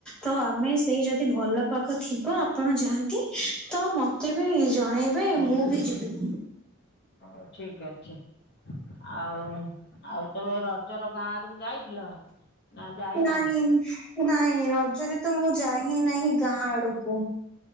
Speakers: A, in the centre; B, on the left.
A: ତ ଆମେ ସେଇ ଯଦି ଭଲ ପାଗ ଥିବ ଆପଣ ଯାଆନ୍ତି ତ ମତେ ବି ଜଣେଇବେ ମୁଁ ବି ଯିବି।
B: ହଉ ଠିକ୍ ଅଛି। ଆଉ ଆଉ ତମେ ରଜର ଗାଁ ଆଡ଼ୁକୁ ଯାଇଥିଲ? ନା ଯାଇନା?
A: ନାଇଁ ନାଇଁ ରଜରେ ତ ମୁଁ ଯାଇ ହିଁ ନାହିଁ ଗାଁ ଆଡ଼ୁକୁ।